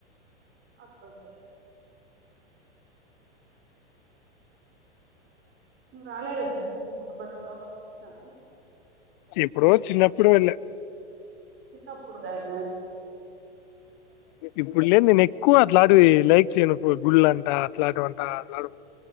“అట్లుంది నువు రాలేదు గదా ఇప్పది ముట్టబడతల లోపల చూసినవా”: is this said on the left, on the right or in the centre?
Right